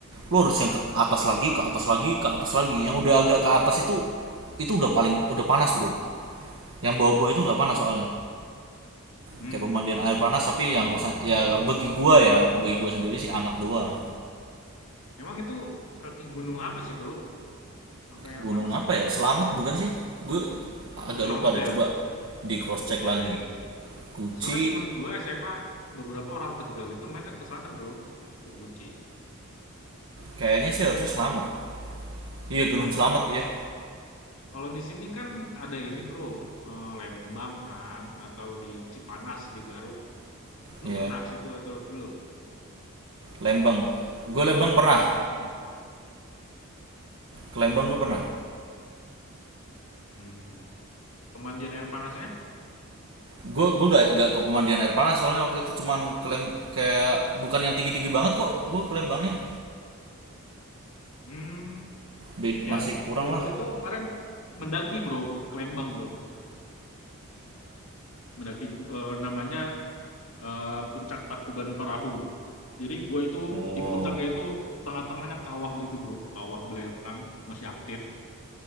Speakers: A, on the right (about 60°); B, on the left (about 70°).
A: lu harus yang ke atas lagi ke atas lagi ke atas lagi yang udah agak ke atas itu itu udah paling udah panas bro yang bawah-bawah itu nggak
B: Hmm.
A: panas soalnya
B: Hmm.
A: kayak pemandian
B: hmm, hmm.
A: air panas tapi yang rusak ya bagi gua ya bagi gua sendiri sih anget doang
B: Emang itu kaki gunung apa sih, Bro? Sampai air
A: gunung
B: panas
A: apa
B: gitu?
A: ya selamat bukan sih gua agak
B: Oh, selamat
A: lupa deh
B: ya?
A: coba di cross check lagi
B: Iya, iya.
A: Guci
B: Soalnya temen gue SMA beberapa orang Tegal itu mainnya ke sana bro, ke Guci,
A: Kayaknya sih harusnya Slamet. Iya, Gunung
B: selamat
A: Slamet
B: ya.
A: ya.
B: Kalau di sini kan ada ini bro, eh, Lembang kan, atau di Cipanas di Garut. Lu
A: Ya.
B: pernah ke situ atau belum?
A: Lembang. Gue Lembang pernah.
B: Hmm.
A: Ke Lembang
B: Lembang pernah.
A: gue pernah.
B: Hmm. Pemandian air panasnya?
A: Gue gue gak, gak ke pemandian air panas soalnya waktu itu cuman ke Lem- kayak bukan yang tinggi-tinggi banget kok. Gue ke Lembangnya.
B: Hmm.
A: Be-
B: Ya,
A: masih kurang
B: kalau
A: lah.
B: gue itu kemarin mendaki bro, ke Lembang bro. mendaki eh, namanya eh, puncak Tangkuban Perahu. Jadi gue itu
A: Oh,
B: di puncaknya itu tengah-tengahnya kawah gitu bro, kawah belerang masih aktif.